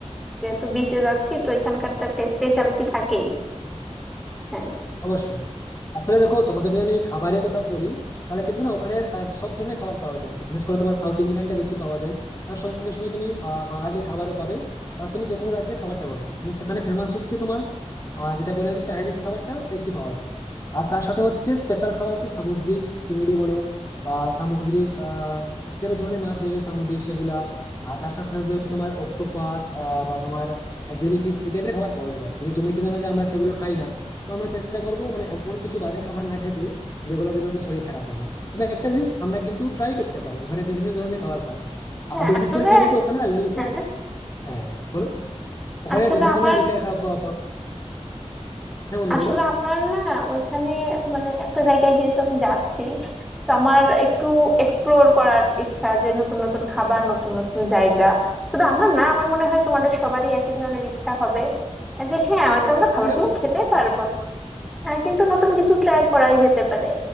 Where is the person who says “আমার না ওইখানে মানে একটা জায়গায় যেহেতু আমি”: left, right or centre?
Centre